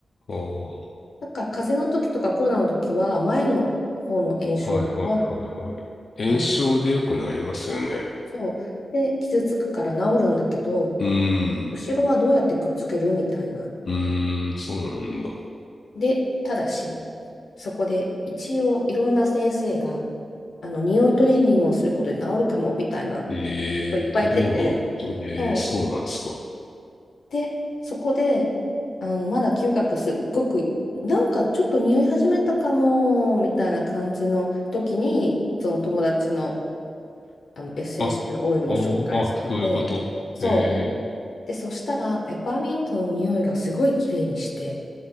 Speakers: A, on the left; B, on the left.
A: ああ、
B: なんか風邪の時とかコロナの時は前の方の炎症が
A: はいはいはいはい。炎症で良くなりますよね。
B: あのそうで傷つくから治るんだけど
A: うー
B: 後ろはどうやってくっつけるみたいな。
A: ん。うーん、そうなんだ。
B: でただしそこで一応いろんな先生があの匂いトレーニングをすることで治るかもみたいなこ
A: ええ、
B: といっぱい言ってて
A: トレーニングで。ええ、
B: そう
A: そうなんですか。
B: でそこであのまだ嗅覚すっごくなんかちょっと匂い始めたかもみたいな感じの時にその友達のあのエッセンシャルオイルを紹介されて、
A: あ、あーあ、そういうこと。
B: そう。
A: え
B: で、そしたら、ペパーミントの匂いがすごい綺麗にして、